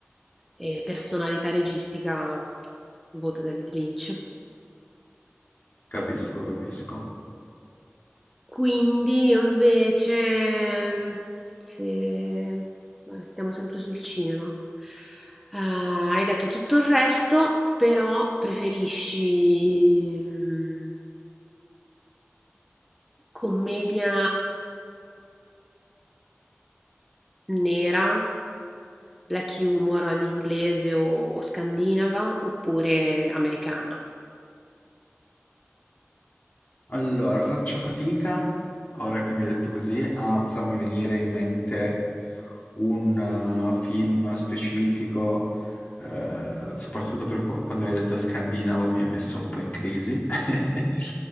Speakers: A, in the centre; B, on the left.
A: e personalità registica, voto David Lynch.
B: Capisco, capisco.
A: Quindi io invece, mhmm, se vabbè, stiamo sempre sul cinema, Eh, hai detto tutto il resto, però preferisci mm, commedia nera, black humor all'inglese o, o scandinava, oppure americana?
B: Allora, faccio fatica, ora che mi hai detto così, a farmi venire in mente un eh, film specifico, eh, soprattutto per qu- quando mi hai detto scandinavo mi hai messo un po' in crisi. <laughs>